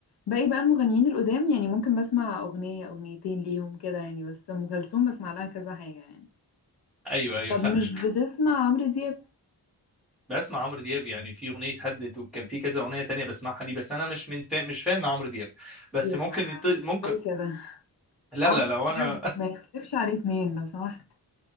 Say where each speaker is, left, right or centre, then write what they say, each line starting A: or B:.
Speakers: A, on the left; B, in the centre.
A: باقي بقى المغنيين القدام يعني ممكن بسمع اغنيه اغنيتين ليهم كده يعني بس ام كلثوم بسمع لها كذا حاجه يعني
B: أيوه أيوه
A: طب
B: فاهمك
A: مش بتسمع عمرو دياب
B: بسمع عمرو دياب يعني في أغنية هدد وكان في كذا أغنية تانية بسمعها ليه بس أنا مش من فا... مش فان عمرو دياب بس
A: إيه ده
B: ممكن
A: بقى؟
B: يط... ممكن
A: ازاي كده
B: لا
A: عمرو
B: لا لا وأنا
A: دياب ما يختلفش عليه اتنين لو سمحت